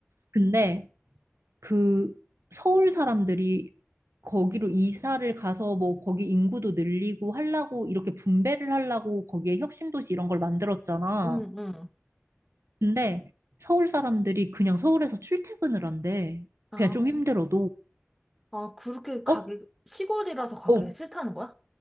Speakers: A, on the right (about 85°); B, in the centre.
A: 근데 그 서울 사람들이 거기로 이사를 가서 뭐 거기 인구도 늘리고 하려고 이렇게 분배를 하려고 거기에 혁신도시 이런 걸 만들었잖아.
B: 응, 응.
A: 근데 서울 사람들이 그냥 서울에서 출퇴근을 한대.
B: 아,
A: 그냥 좀 힘들어도
B: 아, 그렇게 가기,
A: 어?
B: 시골이라서 가기
A: 어,
B: 싫다는 거야?